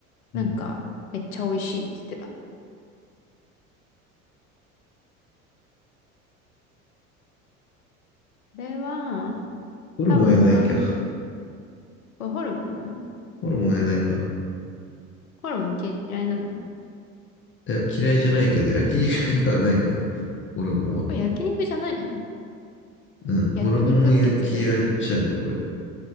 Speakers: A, on the left; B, on the left.
A: うん。
B: なんかめっちゃ美味しいって言ってた。これは、
A: ホルモンやないか。
B: 多分、半、これホルモンなの
A: ホルモンやないか。
B: ホルモン嫌いなの
A: いや、嫌いじゃないけど、焼肉ではないよな。ホルモンは。
B: これ焼肉じゃないの
A: うん。ホルモン焼きやっちゃう、
B: 焼肉って言ってたけど。
A: これ。